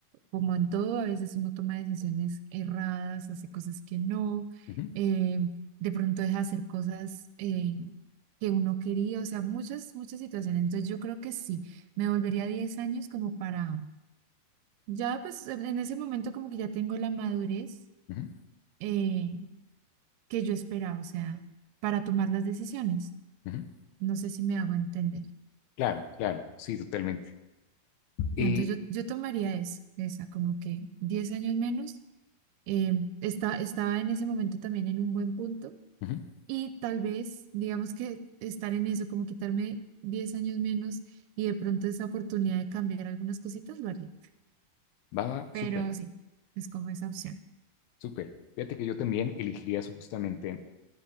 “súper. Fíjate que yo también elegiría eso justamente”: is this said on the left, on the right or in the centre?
Left